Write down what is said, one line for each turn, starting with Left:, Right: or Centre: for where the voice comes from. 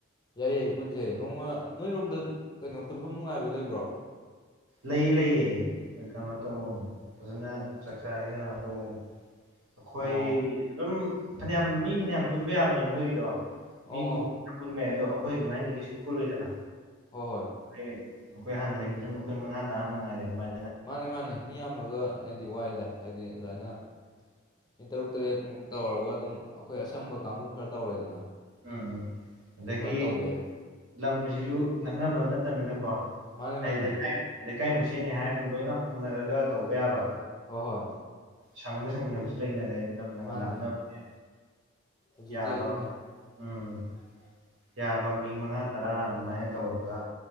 Left: ꯌꯥꯏ ꯌꯥꯏ ꯄꯨꯟꯖꯦ ꯅꯣꯡꯃ ꯅꯣꯏꯔꯣꯝꯗ ꯀꯩꯅꯣ ꯄꯨꯟꯐꯝ ꯅꯨꯡꯉꯥꯏꯕ ꯂꯩꯕ꯭ꯔꯣ
Right: ꯂꯩꯌꯦ ꯂꯩꯌꯦ ꯀꯩꯅꯣ ꯇꯧ ꯐꯖꯅ ꯆꯥꯛꯆꯥ ꯍꯩꯖꯅ ꯇꯧꯕꯝ ꯑꯩꯈꯣꯏ
Left: ꯑꯣ
Right: ꯑꯗꯨꯝ ꯐꯅꯌꯥꯝ ꯃꯤ ꯐꯅꯌꯥꯝ ꯄꯨꯟꯕ ꯌꯥꯕꯅꯦ ꯃꯣꯏꯒꯤꯗꯣ ꯃꯤ
Left: ꯑꯣ ꯑꯣ
Right: ꯀꯨꯟ ꯄꯨꯟꯕ ꯌꯥꯏ ꯑꯗꯣ ꯑꯩꯈꯣꯏ ꯑꯗꯨꯃꯥꯏꯅꯗꯤ ꯀꯩꯁꯨꯝ ꯄꯨꯜꯂꯣꯏꯗꯅ
Left: ꯍꯣꯏ ꯍꯣꯏ
Right: ꯍꯦꯛ ꯑꯩꯈꯣꯏ ꯍꯥꯟꯅ ꯂꯩꯃꯤꯅ ꯑꯩꯈꯣꯏ ꯃꯉꯥ ꯇꯔꯥꯃꯛ ꯉꯥꯏꯔꯦ ꯑꯗꯨꯃꯥꯏꯅ
Left: ꯃꯥꯅꯦ ꯃꯥꯅꯦ ꯃꯤ ꯌꯥꯝꯃꯒ ꯍꯥꯏꯗꯤ ꯋꯥꯏꯗ ꯍꯥꯏꯗꯤ ꯑꯗꯨꯃꯥꯏꯅ ꯃꯤ ꯇꯔꯨꯛ ꯇꯔꯦꯠꯃꯨꯛ ꯇꯧꯔꯒ ꯑꯗꯨꯝ ꯑꯩꯈꯣꯏ ꯑꯁꯪꯕ ꯀꯥꯡꯕꯨ ꯈꯔ ꯇꯧꯔꯦꯗꯅ
Right: ꯎꯝ ꯎꯝ ꯑꯗꯒꯤ
Left: ꯑꯗꯨ ꯐꯖꯅ ꯇꯧꯕ ꯌꯥꯏ
Right: ꯂꯝꯁꯤꯁꯨ ꯅꯛꯅꯕ ꯅꯠ ꯇꯝꯅꯤꯅꯀꯣ
Left: ꯃꯥꯅꯦ
Right: ꯑꯩ
Left: ꯃꯥꯅꯦ
Right: ꯂꯩꯀꯥꯏ ꯂꯩꯀꯥꯏ ꯃꯁꯦꯟꯅꯤ ꯍꯥꯏꯔ ꯂꯣꯏꯅ ꯍꯧꯅꯔꯒ ꯇꯧꯕ ꯌꯥꯕ
Left: ꯍꯣꯏ ꯍꯣꯏ
Right: ꯁꯪꯕ ꯁꯪꯗꯕꯁꯨ ꯂꯩꯅꯔꯦ ꯂꯝꯅꯒ
Left: ꯃꯥꯅꯦ
Right: ꯂꯥꯞꯅꯕꯅꯦ
Left: ꯍꯧꯖꯤꯛꯇꯤ
Right: ꯌꯥꯕ
Left: ꯑꯗꯨꯅꯤ
Right: ꯎꯝ ꯌꯥꯕ ꯃꯤ ꯃꯉꯥ ꯇꯔꯥ ꯑꯗꯨꯃꯥꯏꯅ ꯇꯧꯔꯒ